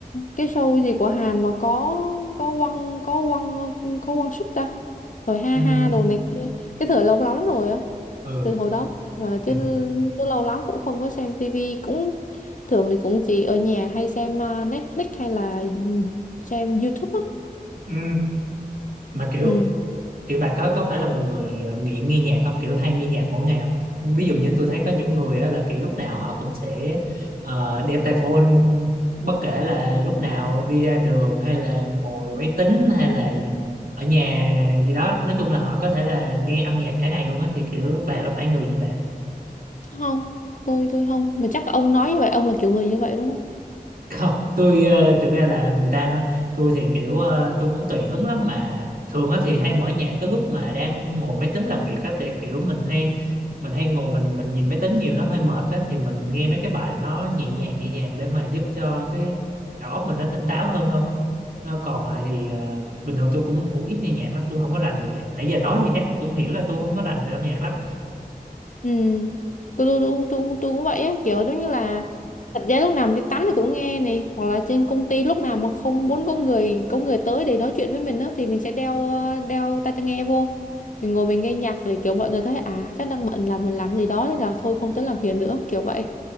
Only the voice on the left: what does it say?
cái show gì của Hàn mà có có quăng có quăng có quăng súc ta rồi ha
ha đồ này kia cái thời lâu lắm rồi á
từ hồi đó mà chứ,
chứ lâu lắm cũng không có xem tivi cũng thường thì cũng chỉ ở nhà hay xem ờ, Netflix hay là xem YouTube á
ừ.
không tôi tôi không mà chắc ông nói như vậy ông là kiểu người như vậy đúng không
Ừ, tôi, tôi, tôi, tôi, tôi cũng vậy á, kiểu giống như là thật ra lúc nào mình đi tắm thì cũng nghe này hoặc là trên công ty lúc nào mà không muốn có người có người tới để nói chuyện với mình á thì mình sẽ đeo ờ, đeo tai tai nghe vô mình ngồi mình nghe nhạc để kiểu mọi người thấy à chắc đang bận làm mình làm gì đó nên là thôi không tới làm phiền nữa kiểu vậy